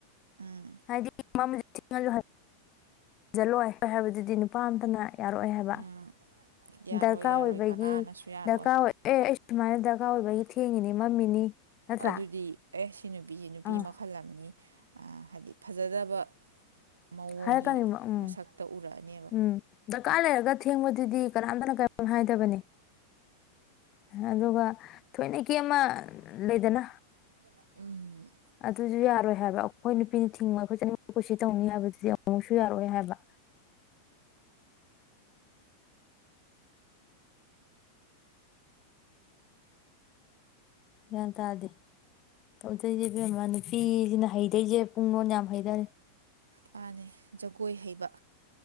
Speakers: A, on the right; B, on the left.
A: ꯎꯝ
B: ꯍꯥꯏꯗꯤ ꯃꯝ ꯊꯦꯡꯉꯖꯨꯂ ꯍꯜꯂꯣꯏ ꯍꯣꯏ ꯍꯥꯏꯕꯗꯨꯗꯤ ꯅꯨꯄꯥ ꯑ ꯑꯃꯇꯅ ꯌꯥꯔꯛꯑꯦ ꯍꯥꯏꯕ
A: ꯎꯝ ꯌꯥꯔꯣꯏ
B: ꯗꯔꯀꯥꯔ
A: ꯌꯥꯔꯣꯏ
B: ꯑꯣꯏꯕꯒꯤ
A: ꯀꯅꯥꯅꯁꯨ ꯌꯥꯔꯣꯏ
B: ꯗꯔꯀꯥꯔ ꯑꯣꯏ ꯑꯦ ꯁꯨꯃꯥꯏꯅ ꯗꯔꯀꯥꯔ ꯑꯣꯏꯕꯒꯤ ꯊꯦꯡꯉꯤꯅꯤ ꯃꯝꯃꯤꯅꯤ ꯅꯠꯇ꯭ꯔꯥ
A: ꯑꯗꯨꯗꯤ ꯑꯦ ꯁꯤ ꯅꯨꯄꯤꯁ ꯅꯨꯄꯤ
B: ꯑꯥ
A: ꯃꯈꯜ ꯑꯃꯅꯤ ꯍꯥꯏꯗꯤ ꯐꯖꯗꯕ ꯃꯑꯣꯡꯒꯤ
B: ꯍꯥꯏꯔꯛꯀꯅꯤꯕ ꯎꯝ
A: ꯃꯁꯛꯇ ꯎꯔꯛꯑꯅꯦꯕ
B: ꯎꯝ ꯗꯔꯀꯥꯔ ꯂꯩꯔꯒ ꯊꯦꯡꯕꯗꯨꯗꯤ ꯀꯅꯥꯝꯇꯅ ꯀ ꯍꯥꯏꯗꯕꯅꯤ ꯑꯗꯨꯒ ꯊꯣꯏꯅ ꯀ ꯑꯃ ꯂꯩꯗꯅ
A: <inaudible>
B: ꯑ ꯑꯗꯨꯁꯨ ꯌꯥꯔ ꯑꯣꯏ ꯍꯥꯏꯕ ꯑꯩꯈꯣꯏ ꯅꯨꯄꯤꯅ ꯊꯤꯡꯕ ꯑꯩꯈꯣꯏ ꯆꯅꯃꯛ ꯄꯨꯁꯤ ꯇꯧꯅꯤ ꯍꯥꯏꯕꯗꯨꯗꯤ ꯑꯃꯨꯛꯁꯨ ꯌꯥꯔꯣꯏ ꯍꯥꯏꯕ ꯒ꯭ꯌꯥꯟ ꯇꯥꯔꯗꯤ ꯇꯧꯗꯣꯏꯁꯦꯃ ꯅꯨꯄꯤꯁꯤꯅ ꯍꯩꯗꯣꯏꯁꯦ ꯄꯨꯡ ꯂꯣꯟ ꯌꯥꯝ ꯍꯩꯊꯔꯦ
A: ꯄꯥꯅꯦ ꯖꯒꯣꯏ ꯍꯩꯕ